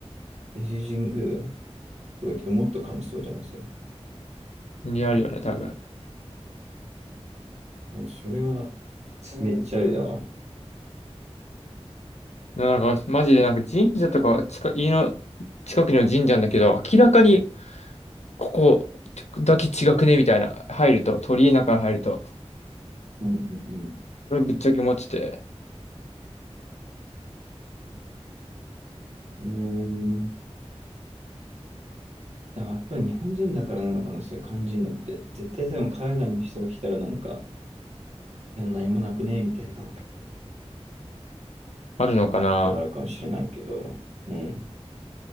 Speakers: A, on the right; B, on the left.
A: 伊勢神宮とか行くともっと感じそうじゃない、それ。
B: にあるよね、多分。
A: なんかそれはめっちゃありだわ。
B: なんか、マジでなんか神社とか、近、家の近くの神社なんだけど、明らかにここだけ違くね、みたいな、入ると、鳥居の中入ると、
A: うんうん
B: これぶっちゃけ思ってて、
A: うん。うーんでやっぱり日本人だからなのかな、そういう感じるのって。絶対多分海外の人が来たらなんか、いや、何もなくねみたいな。
B: あるのかな
A: ことはあるかもしれないけど、うん。